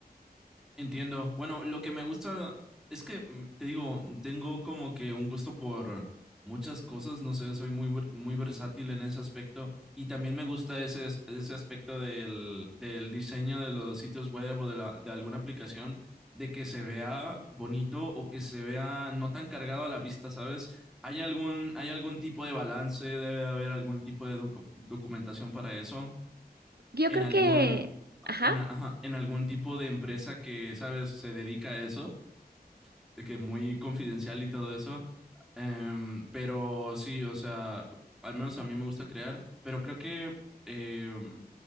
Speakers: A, in the centre; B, on the right.
A: Entiendo. Bueno, lo que me gusta es que, mm, te digo, tengo como que un gusto por muchas cosas, no sé, soy muy, ver- muy versátil en ese aspecto y también me gusta ese, as- ese aspecto del, del diseño de los sitios web o de, la, de alguna aplicación, de que se vea bonito o que se vea no tan cargado a la vista, ¿sabes? ¿Hay algún, hay algún tipo de balance? ¿Debe haber algún tipo de docu- documentación para eso?
B: Yo
A: en
B: creo
A: algún,
B: que, ajá.
A: en, ajá, en algún tipo de empresa que, sabes, se dedica a eso, de que muy confidencial y todo eso. Em, pero sí, o sea, al menos a mí me gusta crear, pero creo que em,